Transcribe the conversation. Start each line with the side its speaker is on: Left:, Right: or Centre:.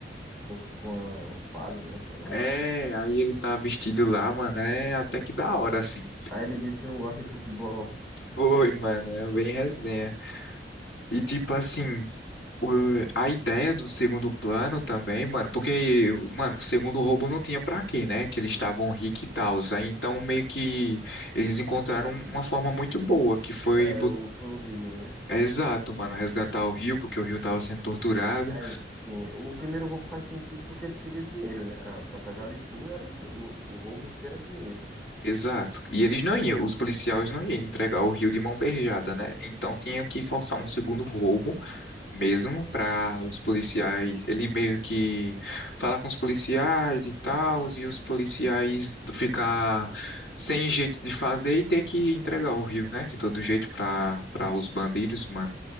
Centre: com, os, com a- os padres, né? Sei lá.
Left: É, aí ele tá vestido lá, mano. É até que da hora, assim.
Centre: Aí ele disse que não gosta de futebol.
Left: Foi, mano, é bem resenha. E tipo assim, o- a ideia do segundo plano também, mano, porque, mano, o segundo roubo não tinha pra quê, né? Que eles estavam ricos e tal. Aí então meio que eles encontraram uma forma muito boa, que foi
Centre: É,
Left: bot-
Centre: o, foi o Rio, né?
Left: Exato, mano, resgatar o Rio, porque o Rio tava sendo torturado.
Centre: É, sim. O primeiro roubo faz sentido porque eles queriam dinheiro, né? Ah, Apesar de tudo, era dinheiro. O, o roubo em si era dinheiro.
Left: Exato. E eles não iam, os policiais não iam entregar o Rio de mão beijada, né? Então tinha que forçar um segundo roubo mesmo para os policiais. Ele meio que fala com os policiais e tal, e os policiais ficar sem jeito de fazer e ter que entregar o Rio, né? De todo jeito para para os bandidos, mano.